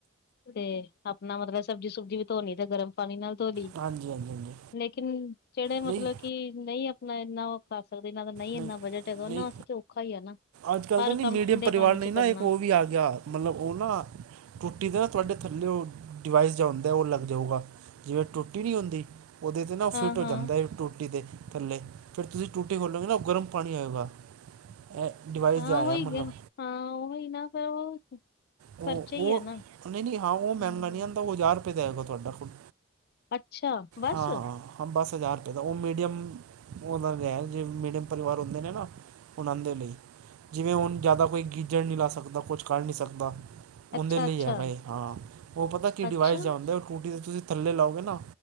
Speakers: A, on the left; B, on the right.
A: ਤੇ ਆਪਣਾ ਮਤਲਬ ਸਬਜ਼ੀ ਸੁਬਜੀ ਵੀ ਧੋਣੀ ਤੇ ਗਰਮ ਪਾਣੀ ਨਾਲ ਧੋ ਲੀ।
B: ਹਾਂਜੀ ਹਾਂਜੀ ਹਾਂਜੀ
A: ਲੇਕਿਨ ਜਿਹੜੇ ਮਤਲਬ
B: ਨਹੀਂ
A: ਕਿ ਨਈ ਆਪਣਾ ਇਹਨਾ ਕਰ ਸਕਦੇ, ਇਹਨਾਂ ਦਾ ਨਈ ਇੰਨਾ
B: ਨਹੀਂ
A: ਬਜਟ ਹੈਗਾ। ਉਹਨਾਂ
B: ਨਹੀਂ
A: ਵਾਸਤੇ ਤੇ ਔਖਾ ਈ ਐ ਨਾ।
B: ਅੱਜ ਕਲ
A: ਹਰ
B: ਤਾਂ ਨੀ
A: ਕੰਮ
B: ਮੀਡੀਅਮ
A: ਠੰਡੇ
B: ਪਰਿਵਾਰ
A: ਪਾਣੀ
B: ਨੇ
A: ਚ
B: ਨਾ
A: ਕਰਨਾ
B: ਇੱਕ ਉਹ ਵੀ ਆ ਗਿਆ ਮਤਲਬ ਉਹ ਨਾ ਟੂਟੀ ਦੇ ਨਾ ਤੁਹਾਡੇ ਥੱਲੇ ਉਹ ਡਿਵਾਈਸ ਜਾ ਹੁੰਦਾ ਉਹ ਲੱਗ ਜਾਊਗਾ। ਜਿਵੇਂ ਟੂਟੀ ਨੀ ਹੁੰਦੀ ਉਹਦੇ ਤੇ ਨਾ ਉਹ
A: ਹਾਂ
B: ਫਿੱਟ
A: ਹਾਂ
B: ਹੋ ਜਾਂਦਾ ਐ, ਟੂਟੀ ਦੇ ਥੱਲੇ ਫਿਰ ਤੁਸੀਂ ਟੂਟੀ ਖੋਲ੍ਹੋਗੇ ਨਾ ਉਹ ਗਰਮ ਪਾਣੀ ਆਏਗਾ। <unintelligible>
A: ਹਾਂ
B: ਜਿਹਾ
A: ਉਹ
B: ਆਇਆ
A: ਹੀ
B: ਮਤਲਬ
A: <unintelligible> ਹਾਂ ਉਹ ਹੀ ਨਾ ਫਿਰ ਉਹ
B: ਉਹ-ਉਹ,
A: ਖਰਚੇ ਹੀ ਹੈ ਨਾ
B: ਨਹੀਂ-ਨਹੀਂ ਹਾਂ ਉਹ ਮਹਿੰਗਾ
A: ਹਮ
B: ਨੀ ਆਂਦਾ, ਉਹ ਹਜ਼ਾਰ ਰੁਪਏ ਦਾ ਹੈਗਾ ਤੁਹਾਡਾ ਖੁੱਦ
A: ਅੱਛਾ ਬਸ
B: ਹਾਂ-ਹਾਂ। ਹਾਂ ਬਸ ਹਜ਼ਾਰ ਰੁਪਏ ਦਾ ਉਹ ਮੀਡੀਅਮ ਉਹਦਾ ਹੈ ਜਿਹੜੇ ਮੀਡੀਅਮ ਪਰਿਵਾਰ ਹੁੰਦੇ ਨੇ ਨਾ ਉਹਨਾਂ ਦੇ ਲਈ। ਜਿਵੇਂ ਹੁਣ ਜ਼ਿਆਦਾ ਕੋਈ ਗੀਜਰ ਨੀ ਲਾ ਸਕਦਾ ਕੁਛ ਕਰ ਨੀ ਸਕਦਾ ਉਹਦੇ
A: ਅੱਛਾ
B: ਲਈ
A: ਅੱਛਾ
B: ਹੈਗਾ ਏ ਹਾਂ ਉਹ ਪਤਾ ਕੀ ਡਿਵਾਈਸ
A: ਅੱਛਾ
B: ਜਾਂ ਆਂਦਾ ਟੂਟੀ ਦੇ ਤੁਸੀਂ ਥੱਲੇ ਲਾਓਗੇ ਨਾ